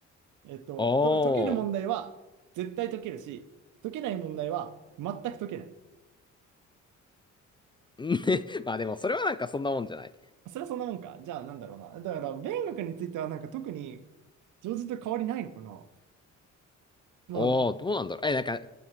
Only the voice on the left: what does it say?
おー。
<laughs> まあでもそれはなんかそんなもんじゃない。
おお、どうなんだろう。え、なんか、